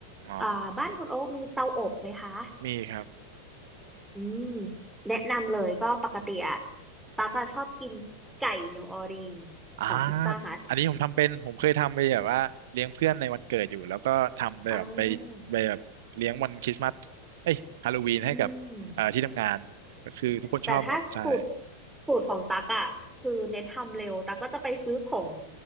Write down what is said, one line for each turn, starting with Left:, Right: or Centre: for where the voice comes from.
Right: อ๋อ
Centre: อ่าบ้านคุณโอ๊กมีเตาอบไหมคะ
Right: มีครับ
Centre: อืมแนะนำเลยก็ปกติอะตั๊กอะชอบกินไก่นิวออร์ลีนของพิซซ่าฮัท
Right: อ่าอันนี้ผมทำเป็น ผมเคยทำไปแบบว่าเลี้ยงเพื่อนในวันเกิดอยู่ แล้วก็ทำไปแบบไป
Centre: อ่า
Right: ไปแบบเลี้ยงวันคริสต์มาสเอ้ยฮาโลวีนให้กับเอ่อที่ทำงาน
Centre: อืม
Right: ก็คือทุกคนชอบหมดใช่
Centre: แต่ถ้าสูตรสูตรของตักอ่ะคือเน้นทำเร็วตักก็จะไปซื้อผง